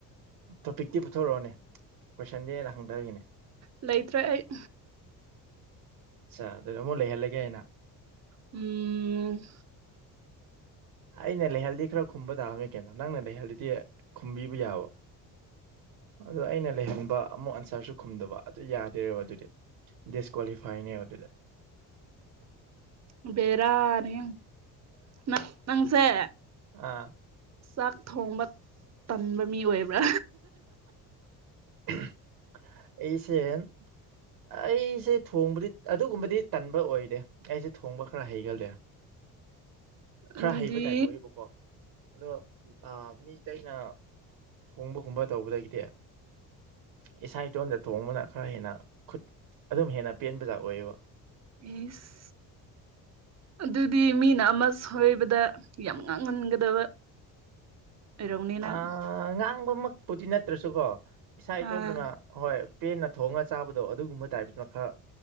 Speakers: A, on the right (about 70°); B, on the right (about 45°).
A: ꯇꯣꯄꯤꯛꯇꯤ ꯄꯨꯊꯣꯔꯛꯑꯣꯅꯦ ꯀꯣꯏꯁꯟꯗꯤ ꯑꯩꯅ ꯍꯪꯗꯒꯤꯅꯦ
B: ꯂꯩꯇ꯭ꯔꯦ ꯑꯩ
A: ꯑꯠꯁꯥ ꯑꯗꯨꯗꯤ ꯑꯃꯨꯛ ꯂꯩꯍꯜꯂꯒꯦ ꯑꯩꯅ
B: ꯎꯝ
A: ꯑꯩꯅ ꯂꯩꯍꯜꯂꯤ ꯈꯔ ꯈꯨꯝꯕ ꯇꯥꯕꯅꯤ ꯀꯩꯅꯣ ꯅꯪꯅ ꯂꯩꯍꯜꯂꯤꯗꯤ ꯈꯨꯝꯕꯤꯕ ꯌꯥꯕ ꯑꯗꯨ ꯑꯩꯅ ꯂꯩꯍꯟꯕ ꯑꯃꯨꯛ ꯑꯟꯁꯔꯁꯨ ꯈꯨꯝꯗꯕ ꯑꯗꯨ ꯌꯥꯗꯦꯕ ꯑꯗꯨꯗꯤ ꯗꯤꯁꯀꯣꯂꯤꯐꯥꯏꯅꯦꯕ ꯑꯗꯨꯗ
B: ꯎꯝ ꯕꯦꯔꯥꯅꯤ ꯅ ꯅꯪꯁꯦ
A: ꯑꯥ
B: ꯆꯥꯛ ꯊꯣꯡꯕ ꯇꯟꯕ ꯃꯤ ꯑꯣꯏꯕ꯭ꯔꯥ
A: <inaudible> ꯑꯩꯁꯦ ꯑꯩꯁꯦ ꯊꯣꯡꯕꯗꯤ ꯑꯗꯨꯒꯨꯝꯕꯗꯤ ꯇꯟꯕ ꯑꯣꯏꯗꯦ ꯑꯩꯁꯦ ꯊꯣꯡꯕ ꯈꯔ ꯍꯩꯒꯜꯂꯦ
B: ꯑꯗꯨꯗꯤ
A: ꯈꯔ ꯍꯩꯕ ꯇꯥꯏꯞ ꯑꯣꯏꯌꯦꯕꯀꯣ ꯑꯗꯣ ꯃꯤ ꯇꯩꯅ ꯊꯣꯡꯕꯒꯨꯝꯕ ꯇꯧꯕꯗꯒꯤꯗꯤ ꯏꯁꯥ ꯏꯇꯣꯟꯗ ꯊꯣꯡꯕꯅ ꯈꯔ ꯍꯦꯟꯅ ꯈꯨꯠ ꯑꯗꯨꯝ ꯍꯦꯟꯅ ꯄꯦꯟꯕꯖꯥꯠ ꯑꯣꯏꯑꯦꯕ
B: ꯏꯁ ꯑꯗꯨꯗꯤ ꯃꯤꯅ ꯑꯃ ꯁꯣꯏꯕꯗ ꯌꯥꯝ ꯉꯥꯡꯒꯟꯒꯗꯕ ꯑꯣꯏꯔꯝꯅꯤ
A: ꯑ
B: ꯅꯪ
A: ꯉꯥꯡꯕꯃꯛꯄꯨꯗꯤ ꯅꯠꯇ꯭ꯔꯁꯨꯀꯣ ꯏꯁꯥ ꯏꯇꯣꯟꯇꯅ
B: ꯑꯥ
A: ꯍꯣꯏ ꯄꯦꯟꯅ ꯊꯣꯡꯉꯒ ꯆꯥꯕꯗꯣ ꯑꯗꯨꯒꯨꯝꯕ ꯇꯥꯏꯞꯇꯅ ꯈꯔ